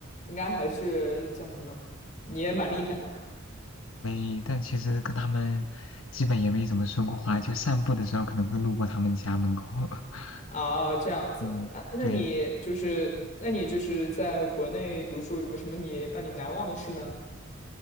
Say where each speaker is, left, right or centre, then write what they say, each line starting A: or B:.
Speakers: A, on the left (about 35°); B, on the left (about 70°).
A: 应该还是叫什么？你也蛮厉害的
B: 没，但其实跟他们基本也没怎么说过话，就散步的时候可能会路过他们家门口，<laughs>
A: <laughs> 啊，这样子。
B: 嗯，
A: 哎那你就是那你就是在国内读书，
B: 对，
A: 有没有什么你让你难忘的事呢？